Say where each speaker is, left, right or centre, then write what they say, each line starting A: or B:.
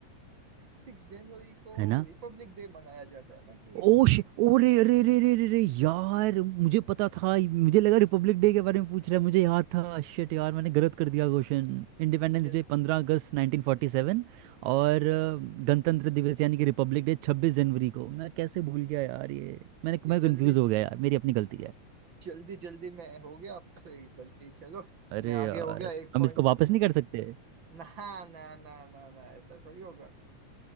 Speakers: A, on the right (about 35°); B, on the right (about 80°).
A: सिक्स जनवरी को
B: है ना
A: रिपब्लिक डे मनाया जाता है ना कि
B: ओ शे ओ रे रे रे रे रे रे यार मुझे पता था मुझे लगा रिपब्लिक डे के बारे में पूछ रहा है मुझे याद था शिट यार मैंने गलत कर दिया क्वेश्चन इंडिपेंडेंस
A: जल,
B: डे पंद्रह अगस्त नाइनटीन फोर्टी सेवन और अ, गणतंत्र दिवस यानी कि रिपब्लिक डे छब्बीस जनवरी को मैं कैसे भूल गया यार ये मैंने
A: ये
B: मैं कंफ्यूज
A: जल्दी
B: हो गया यार मेरी अपनी गलती है
A: जल्दी जल्दी में हो गया आपसे गलती चलो
B: अरे
A: मैं आगे
B: यार
A: हो गया एक
B: हम
A: पॉइंट
B: इसको वापस नहीं कर सकते
A: ना ना ना ना ना ऐसा थोड़ी होगा